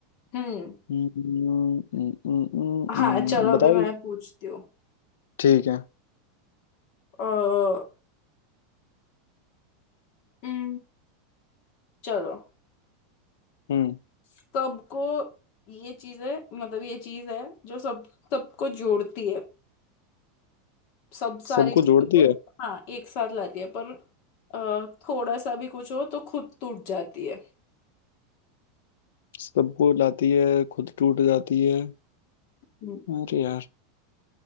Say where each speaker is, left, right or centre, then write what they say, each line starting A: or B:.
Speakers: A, on the left; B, on the left.
A: हम्म
B: हम्म, हम्म, हम्म,
A: हाँ
B: हम्म,
A: चलो
B: बताओ
A: अभी मैं पूछती हूँ
B: ठीक है
A: अ, हम्म, चलो
B: हम्म
A: सबको ये चीज है मतलब ये चीज है जो सब सबको जोड़ती है सब सारी
B: सबको
A: चीजों
B: जोड़ती
A: को
B: है
A: हाँ एक साथ लाती है पर अ, थोड़ा सा भी कुछ हो तो खुद टूट जाती है
B: सबको लाती है खुद टूट जाती है
A: हम्म,
B: अरे यार